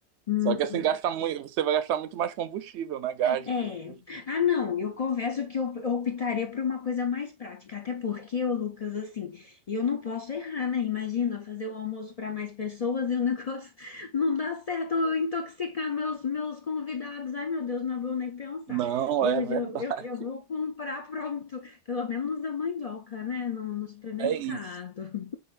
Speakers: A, on the left (about 50°); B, on the right (about 75°).
A: Hum.
B: Só que assim gasta muito, você vai gastar muito mais combustível, né? Gás.
A: É.
B: que-
A: Ah, não, eu confesso que eu, eu optaria por uma coisa mais prática, até porque, ô Lucas, assim, eu não posso errar, né? Imagina fazer o almoço para mais pessoas e o negócio <laughs> não dá certo, eu intoxicar meus, meus convidados. Ai, meu Deus, não vou nem pensar.
B: Não,
A: Eu
B: é verdade.
A: já, eu já vou comprar pronto, pelo menos a mandioca, né? No, no supermercado.
B: É isso.